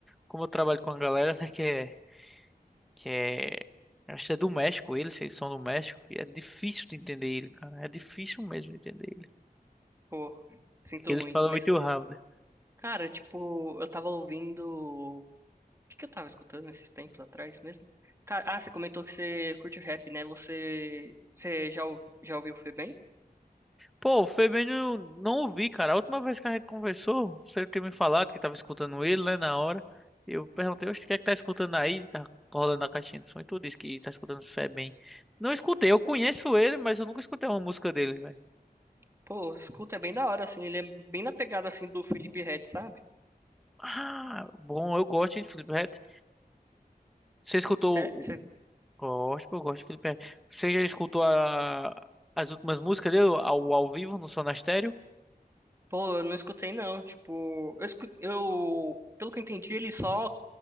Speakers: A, in the centre; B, on the right (about 15°).
A: como eu trabalho com a galera, né, que é, que é, eu acho que é do México, eles, eles são do México, e é difícil de entender ele, cara, é difícil mesmo de entender ele.
B: pô, sinto
A: Eles
B: muito.
A: falam
B: Mas,
A: muito rápido.
B: cara, tipo, eu tava ouvindo. O que que eu tava escutando esses tempos atrás mesmo? Cara, ah, você comentou que você curte rap, né? Você, você já, ou- já ouviu o Febem?
A: Pô, foi bem, eu não ouvi, cara. A última vez que a gente conversou, você tinha me falado que tava escutando ele, né, na hora. Eu perguntei, oxe, o que é que tá escutando aí? Tá rolando a caixinha de som e tu disse que tá escutando bem. Não escutei, eu conheço ele, mas eu nunca escutei uma música dele, velho.
B: Pô, escuta, é bem da hora, assim. Ele é bem na pegada, assim, do Felipe Ret, sabe?
A: Ah, bom, eu gosto, hein, de Felipe Ret. Você escutou...
B: Cê-
A: o-
B: cê-
A: Gosto, eu gosto de Felipe Ret. Você já escutou a... as últimas músicas dele ao, ao vivo no Sonastério?
B: Pô, eu não escutei, não. Tipo, eu, escu- eu, pelo que eu entendi, ele só